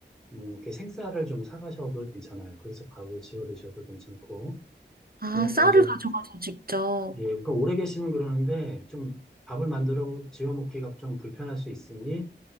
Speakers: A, in the centre; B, on the right.
A: 뭐, 이렇게 생쌀을 좀 사가셔도 괜찮아요. 그래서 밥을 지어 드셔도 괜찮고,
B: 아,
A: 그거는
B: 쌀을
A: 이제,
B: 가져가서 직접.
A: 예, 그러니까 오래 계시면 그러는데, 좀 밥을 만들어 지어 먹기가 좀 불편할 수 있으니,